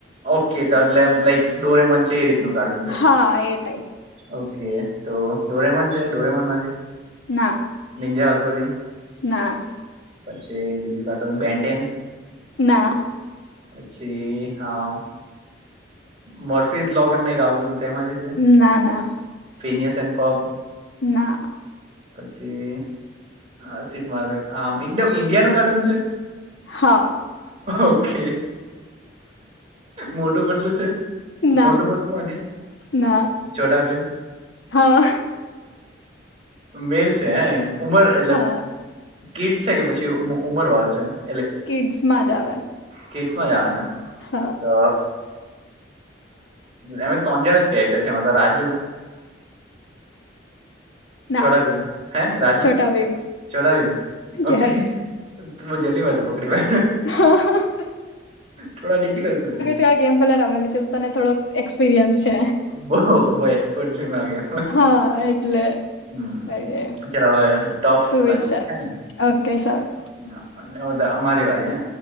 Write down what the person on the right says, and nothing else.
ઓકે તો એટલે લાઈક ડોરેમોન છે એ રીતનું કાર્ટૂન છે.
ઓકે તો ડોરેમોન છે ડોરેમન માંથી.
નીનજા હથોડી
પછી બીજું કાર્ટૂન બેન ટેન.
પછી હા મર્ફિઝ લોક ન આવતું હતું તેમાંથી
ફિનસ એ ફો
પછી સ આ એકદમ ઇન્ડિયાનુંું કાર્ટૂન
ઓકે મોટું બટલું છે
મોટું બોટલું માંથી
ચોડા બીમ
મેલ છે હે ઉમર એટલે
કીડ છે કે પછી ઉમર વાળો છે
કે મજા આવે ને
તો અમે તંજાણા ક્યા કે છે એમાં તો રાજુ
ચોરાાવીમ હે રાજુ
ચોરાાવીમ ઓકે
ું જલ્લી મે ત પકડી મે
થોડા ડિફિકલ્ટ છે
બહ બહુ એક્સપર્ટ છે મે આગે
હમ
ચ હવે ટોફ
થોડા
જેવા હેને
હ હ અ મારી વારી